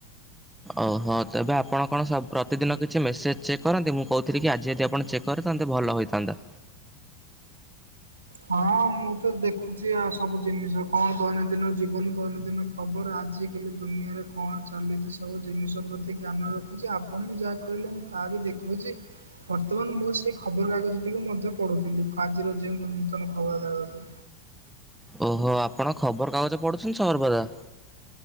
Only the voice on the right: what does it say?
ହଁ ମୁଁ ତ ଦେଖୁଛି ଆ ସବୁ ଜିନିଷ। କଣ ଦୈନନ୍ଦିନ ଜୀବନ ଦୈନନ୍ଦିନ ଖବର ଆଜିକାଲି ଦୁନିଆରେ କଣ ଚାଲିଚି ସବୁ ଜିନିଷ ପ୍ରତି ଜ୍ଞାନ ରଖୁଚି। ଆପଣ ବି ଯାହା କହିଲେ ମୁଁ ତା ବି ଦେଖୁଚି। ବର୍ତ୍ତମାନ ମୁଁ ସେଇ ଖବରକାଗଜ ଟିକୁ ମଧ୍ୟ ପଢୁଥିଲି। ଆଜିର ଯେଉଁ ନୂତନ ଖବରକାଗଜ।